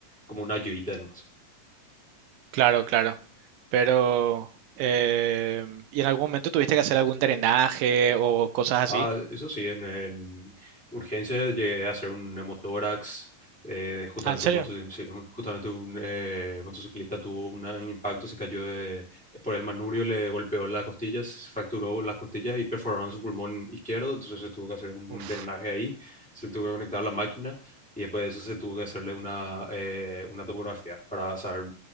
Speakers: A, in the centre; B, on the right.
A: como una ayudita nomás.
B: claro, claro. Pero, eh, ¿y en algún momento tuviste que hacer algún drenaje o cosas así?
A: Ah, eso sí, en, en urgencia llegué a hacer un hemotórax. eh, justamente
B: Ah, ¿en serio?
A: un, motoci- sí, un- justamente un, eh, motociclista tuvo una- un impacto, se cayó de- por el manubrio, le golpeó las costillas, se fracturó las costillas y perforaron su pulmón izquierdo. Entonces se tuvo que hacer un
B: Uf,
A: drenaje ahí, se tuvo que conectar la máquina y después de eso se tuvo que hacerle una, eh, una tomografía para saber